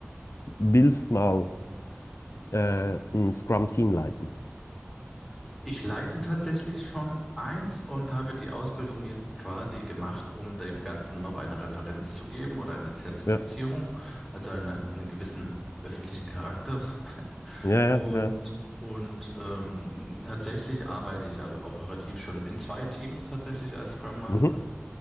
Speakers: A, on the left (about 75°); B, in the centre.
A: willst mal äh, ein Scrum-Team leiten?
B: ich leite tatsächlich schon eins und habe die Ausbildung jetzt quasi gemacht, um dem Ganzen noch eine Referenz zu geben oder eine Zertifizierung,
A: Ja,
B: also eine, einen gewissen öffentlichen Charakter
A: ja,
B: Und,
A: ja. ja.
B: und ähm, tatsächlich arbeite ich aber operativ schon in zwei Teams tatsächlich als Scrum Master.
A: Mhm.